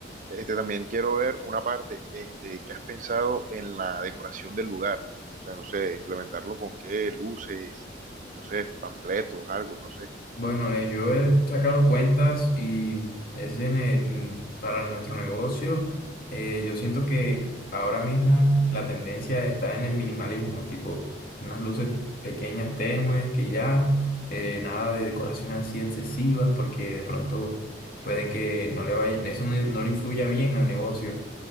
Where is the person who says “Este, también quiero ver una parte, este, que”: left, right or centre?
Right